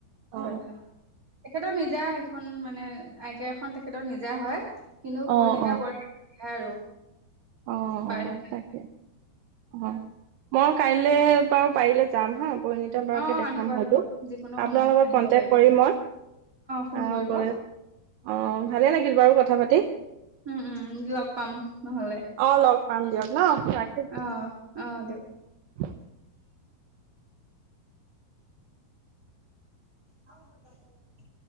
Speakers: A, on the right; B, on the right.
A: অ।
B: হয় ভাল। তেখেতৰ নিজা সেইখন মানে, আই টি আই খন তেখেতৰ নিজা হয়। কিন্তু
A: অ
B: পৰিণীতা
A: অ
B: বৰা। নাহে আৰু।
A: অ
B: বাঢ়ি
A: অ তাকে। অ, মই কাইলৈ বাৰু পাৰিলে যাম হা। পৰিণীতম বৰাকে
B: অ',
A: দেখাম
B: আহিব
A: হয়তো
B: আহিব যিকোনো
A: আপোনাৰ
B: সময়ত
A: লগত
B: আহিব
A: কন্টেক্
B: পাৰিব।
A: কৰিম মই
B: ফোন
A: অ
B: কৰিব
A: অ ভালে লাগিল বাৰু ক কথা পাতি
B: উম, উম লগ পাম। নহ'লে
A: অ লগ পাম দিয়ক ন ৰাখিছো
B: অ', অ দিয়ক।
A: <unintelligible>
B: আ ক <unintelligible>